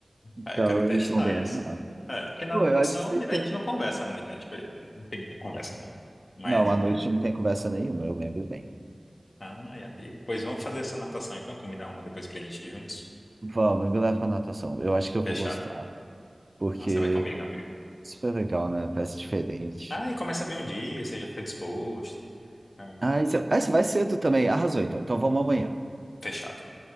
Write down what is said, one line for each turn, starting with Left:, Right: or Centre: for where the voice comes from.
Right: então
Left: Ah, eu quero testar
Right: eles são bem
Left: isso.
Right: animados.
Left: É, porque na
Right: Pô,
Left: natação
Right: eu acho que você tinha.
Left: a gente não conversa muito, né? Tipo, não tem muita conversa, né? Mas,
Right: Não, à
Left: é.
Right: noite não tem conversa nenhuma, eu lembro bem.
Left: ai, amigo. Pois vamos fazer essa natação, então, combinar uma depois pra gente ir juntos?
Right: Vamos, me leva pra natação. Eu acho que eu
Left: Fechado.
Right: vou gostar, porque
Left: Nossa, vai comigo, amigo.
Right: é super legal, né? Parece diferente.
Left: Ah, e começa bem um dia, você já fica disposto. Então,
Right: Ah, você, ah, você vai cedo também. Arrasou, então. Então vamos amanhã.
Left: fechado.